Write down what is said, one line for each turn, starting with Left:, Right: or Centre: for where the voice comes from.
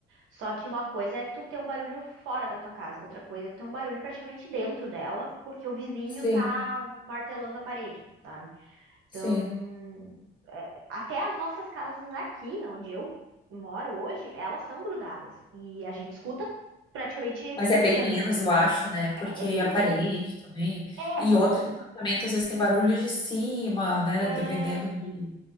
Right: só que uma coisa é tu ter um barulho fora da tua casa, outra coisa é tu ter um barulho praticamente dentro dela, porque o vizinho
Left: Sim.
Right: tá martelando a parede, tá?
Left: Sim.
Right: Então, é, até as nossas casas aqui, onde eu moro hoje, elas são grudadas. E a gente escuta praticamente
Left: Mas
Right: tudo
Left: é bem
Right: da
Left: menos,
Right: vizinha.
Left: eu acho, né? Porque
Right: É bem
Left: a parede
Right: menos.
Left: também.
Right: É,
Left: E outro que apartamento às vezes tem barulho de cima, né?
Right: é,
Left: Dependendo de